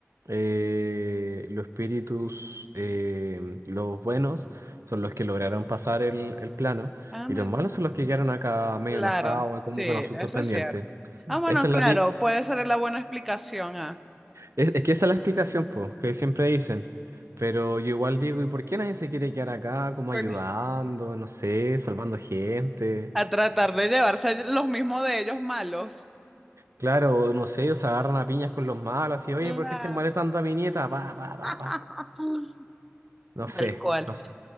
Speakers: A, on the right; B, in the centre.
A: Eh, los espíritus, eh, los buenos son los que lograron pasar el, el plano
B: Ah,
A: y
B: bueno.
A: los malos son los que quedaron acá medio
B: Claro,
A: enojados,
B: sí,
A: como
B: eso
A: con asuntos pendientes.
B: es cierto. Ah, bueno,
A: Esa es
B: claro,
A: la, ti-
B: puede ser la buena explicación a,
A: Es, es que esa es la explicación, pues, que siempre dicen. Pero yo igual digo, ¿y por qué nadie se quiere quedar acá como
B: bueno,
A: ayudando, no sé, salvando gente?
B: a tratar de llevarse los mismos de ellos malos.
A: Claro, no sé, ellos se agarran a piñas con los malos y, oye,
B: Claro.
A: ¿por qué estás molestando a mi nieta? Pa, pa, pa, pa.
B: <laughs>
A: No sé,
B: Tal cual.
A: no sé.